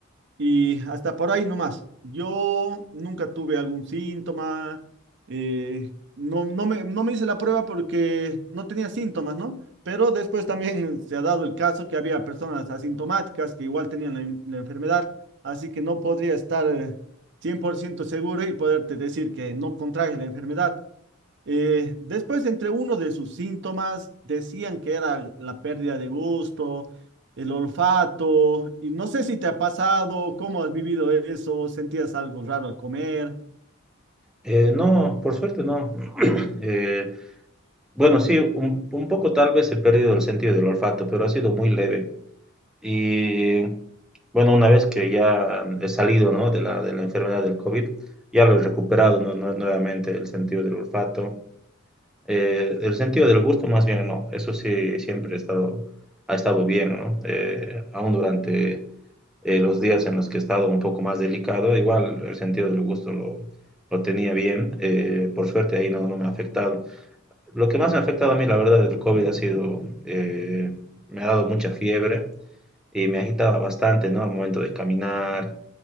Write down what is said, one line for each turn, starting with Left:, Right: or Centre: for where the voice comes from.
Right: y hasta por ahí nomás. Yo nunca tuve algún síntoma, eh, no, no me, no me hice la prueba porque no tenía síntomas, ¿no? Pero después también se ha dado el caso que había personas asintomáticas que igual tenían la, en- la enfermedad, así que no podría estar eh, 100% seguro y poderte decir que no contraje la enfermedad. Eh, después, entre uno de sus síntomas, decían que era la pérdida de gusto, el olfato, y no sé si te ha pasado, cómo has vivido eso, sentías algo raro al comer.
Centre: Eh, no, por suerte no. Eh, bueno, sí, un, un poco tal vez he perdido el sentido del olfato, pero ha sido muy leve. Y bueno, una vez que ya he salido, ¿no? de la, de la enfermedad del COVID, ya lo he recuperado ¿no? nue- nuevamente el sentido del olfato. Eh, el sentido del gusto, más bien, no. Eso sí, siempre he estado, ha estado bien, ¿no? Eh, aún durante eh, los días en los que he estado un poco más delicado, igual el sentido del gusto lo, lo tenía bien. eh, por suerte ahí no, no me ha afectado. Lo que más me ha afectado a mí, la verdad, del COVID ha sido, eh, me ha dado mucha fiebre y me agitaba bastante, ¿no? Al momento de caminar